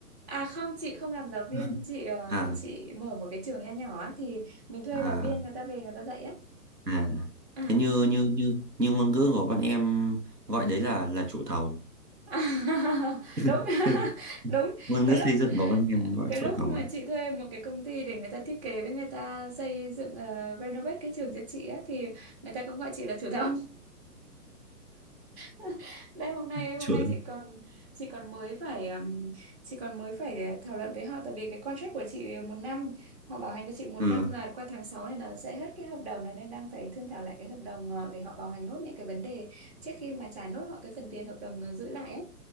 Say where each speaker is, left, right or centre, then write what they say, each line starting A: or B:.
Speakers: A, on the right; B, on the right.
A: À không, chị không làm giáo
B: <laughs>
A: viên, chị ờ,
B: à
A: chị mở một cái trường nho nhỏ á thì mình thuê
B: à
A: giáo viên người ta về người ta dạy á.
B: à
A: À.
B: thế như như như như ngôn ngữ của bọn em gọi đấy là là chủ thầu
A: <laughs> Đúng.
B: <laughs>
A: <laughs> Đúng.
B: ngôn
A: Cái
B: ngữ
A: lúc
B: xây dựng có văn em gọi
A: cái
B: chủ
A: lúc
B: thầu
A: mà
B: ấy
A: chị thuê một cái công ty để người ta thiết kế với người ta xây dựng ờ, renovate cái trường cho chị á thì người ta cũng gọi chị là chủ <laughs> thầu. <laughs> đây hôm nay hôm
B: chủ
A: nay chị còn chị còn mới phải um, chị còn mới phải thảo luận với họ tại vì cái contract của chị một năm họ bảo hành cho chị một năm
B: ừ,
A: là qua tháng 6 này là sẽ hết cái hợp đồng này nên đang phải thương thảo lại cái hợp đồng ờ, để họ bảo hành nốt những cái vấn đề trước khi mà trả nốt họ cái phần tiền hợp đồng ờ, giữ lại ấy,